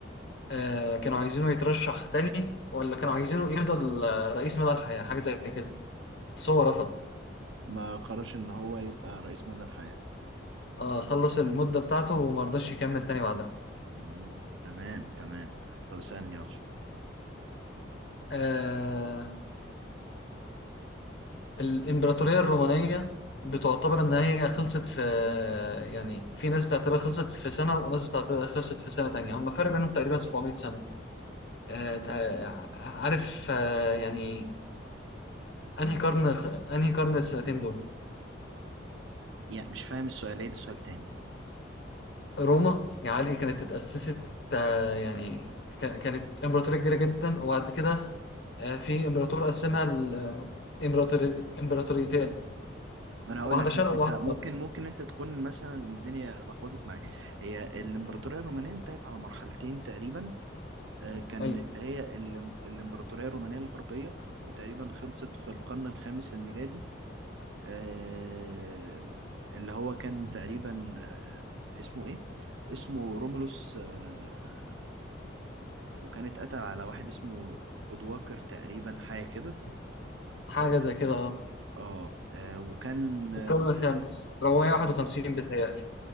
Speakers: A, on the left; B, on the right.
A: آه، كانوا عايزينه يترشح تاني ولا كانوا عايزينه يفضل آه، رئيس مدى الحياة حاجة زي كده بس هو رفض
B: ما قررش إن هو يبقى رئيس مدى الحياة
A: آه، خلص المدة بتاعته وما رضاش يكمل تاني بعدها
B: مم. تمام تمام طب اسألني يلا
A: آه، الإمبراطورية الرومانية بتعتبر إن هي خلصت في يعني في ناس بتعتبرها خلصت في سنة وناس بتعتبرها خلصت في سنة تانية هم فرق بينهم تقريبا 700 سنة آه، آه، عارف آه، يعني انهي قرن انهي قرن السنتين دول
B: يعني مش فاهم السؤال عيد السؤال تاني
A: روما يا علي كانت اتأسست آه، يعني ك- كانت امبراطورية كبيرة جدا وبعد كده آه، في امبراطور قسمها الامبراطوريتين
B: ما انا هقول
A: واحدة
B: لك
A: شرق
B: لا
A: وواحدة
B: انت ممكن
A: غرب
B: ممكن انت تكون مثلا الدنيا لخبطت معاك هي الامبراطوريه الرومانيه انتهت على مرحلتين تقريبا آه، كان
A: ايوه
B: اللي هي الإم- الامبراطوريه الرومانيه الغربيه وتقريبا خلصت في القرن الخامس الميلادي آه، اللي هو كان تقريبا آه، اسمه ايه اسمه رومولوس آه، وكان اتقتل على واحد اسمه اودواكر تقريبا حاجه كده
A: حاجة
B: اه
A: زي كده اه
B: آه، آه، وكان
A: القرن الخامس 451 بتهيألي